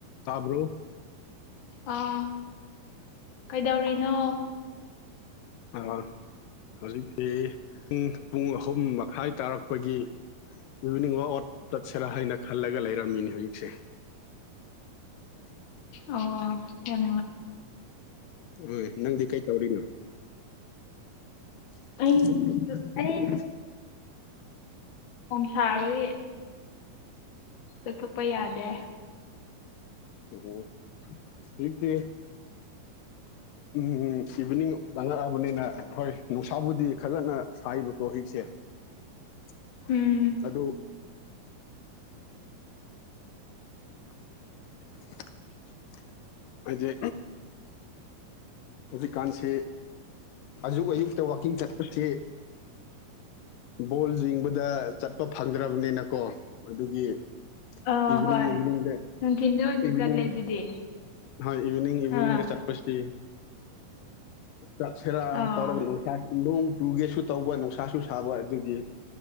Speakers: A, on the left (about 80°); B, on the left (about 55°).
A: ꯇꯥꯕ꯭ꯔꯣ
B: ꯑꯥ ꯀꯩꯗꯧꯔꯤꯅꯣ
A: ꯑ ꯍꯧꯖꯤꯛꯁꯤꯦ ꯄꯨꯡ ꯑꯍꯨꯝ ꯍꯥꯏ ꯇꯥꯔꯛꯄꯒꯤ ꯏꯚꯤꯅꯤꯡ ꯋꯥꯛ ꯑꯠ ꯆꯠꯁꯔꯥ ꯍꯥꯏꯅ ꯈꯜꯂꯒ ꯂꯩꯔꯝꯃꯤꯅꯤ ꯍꯧꯖꯤꯛꯁꯦ ꯑ
B: ꯑꯣ ꯌꯥꯝꯣ
A: ꯍꯣꯏ ꯅꯪꯗꯤ ꯀꯩ ꯇꯧꯔꯤꯅꯣ <unintelligible>
B: ꯑꯩ ꯑꯩ ꯁꯥꯕꯒꯤ ꯆꯠꯊꯣꯛꯄ ꯌꯥꯗꯦ
A: ꯑꯣ ꯏꯠꯇ ꯎꯝ ꯏꯚꯤꯅꯤꯡ ꯆꯪꯉꯛꯑꯕꯅꯤꯅ ꯍꯣꯏ ꯅꯨꯡꯁꯥꯕꯨꯗꯤ ꯈꯖꯅ ꯁꯕꯀꯣ ꯍꯧꯖꯤꯛꯁꯦ <unintelligible>
B: ꯎꯝ
A: ꯑꯗꯨ <unintelligible> ꯍꯥꯏꯦ ꯍꯧꯖꯤꯛꯀꯥꯟꯁꯤ ꯑꯌꯨꯛ ꯑꯌꯨꯛꯇ ꯋꯥꯋꯀꯤꯡ ꯆꯠꯄꯁꯤ ꯕꯣꯜ ꯌꯦꯡꯕꯗ ꯆꯠꯄ ꯐꯪꯗ꯭ꯔꯕꯅꯤꯅꯀꯣ ꯑꯗꯨꯒꯤ
B: ꯑꯥ
A: ꯏꯚꯅꯤꯡ
B: ꯍꯣꯏ
A: ꯏꯚꯅꯤꯡ ꯗ
B: ꯅꯨꯡꯊꯤꯟꯗ ꯑꯣꯏꯅ
A: ꯏꯚꯅꯤꯡ
B: ꯆꯠꯂꯦ ꯑꯗꯨꯗꯤ
A: ꯍꯣꯏ ꯏꯚꯤꯅꯤꯡ ꯏꯚꯤꯅꯤꯡꯗ
B: ꯑꯥ
A: ꯆꯠꯄꯁꯤ <unintelligible>
B: ꯑꯣ
A: ꯅꯣꯡ ꯆꯨꯒꯦꯁꯨ ꯇꯧꯕ ꯅꯨꯡꯁꯥꯁꯨ ꯁꯥꯕ ꯑꯗꯨꯒꯤ